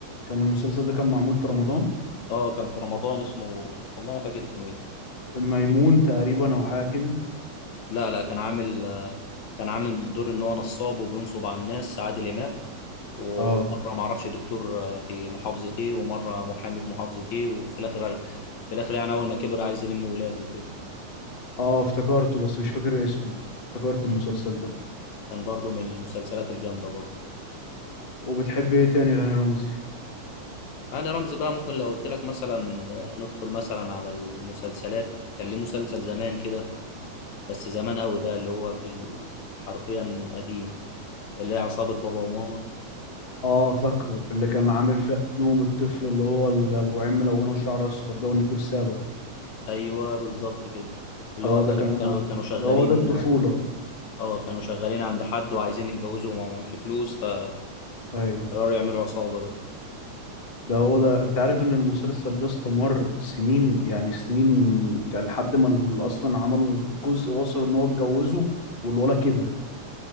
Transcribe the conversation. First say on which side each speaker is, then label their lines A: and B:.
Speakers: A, on the left; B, on the left.
A: كان المسلسل ده كان معمول في رمضان
B: اه كان في رمضان اسمه والله ما فاكر اسمه ايه
A: ميمون تقريبا أو حاجة كده
B: لا لا كان عامل آه، كان عامل دور ان هو نصاب وبينصب على الناس عادل امام ومره
A: آه
B: ما اعرفش دكتور آه، في محافظتي ومره محامي في محافظتي وفي الاخر في الاخر يعني اول ما كبر عايز يلم ولاده وكده
A: آه افتكرته بس مش فاكر اسمه افتكرت المسلسل
B: مم.
A: ده
B: كان برضو من المسلسلات الجامده برضو
A: وبتحب إيه تاني لهاني رمزي؟
B: يعني رمزي بقى ممكن لو قلت لك مثلا آه، ندخل مثلا على المسلسلات كان ليه مسلسل زمان كده بس زمان قوي بقى اللي هو في ال- حرفيا قديم اللي هي عصابه بابا وماما
A: اه فاكره اللي كان عامل فيها نوم الطفل اللي هو اللي ابو عين ملونه وشعر اصفر ده ونيكول سابا
B: ايوه بالظبط كده اللي
A: اه
B: هو تقريبا
A: ده كان
B: كانوا كانوا شغالين
A: ده هو ده الطفوله
B: اه كانوا شغالين عند حد وعايزين يتجوزوا وما معهمش فلوس فقرروا
A: ايوه
B: يعملوا عصابة بقى
A: ده هو ده انت عارف ان المسلسل ده استمر سنين يعني سنين من كان لحد ما ال- اصلا عملوا جزء وصل ان هو اتجوزه والولد كبر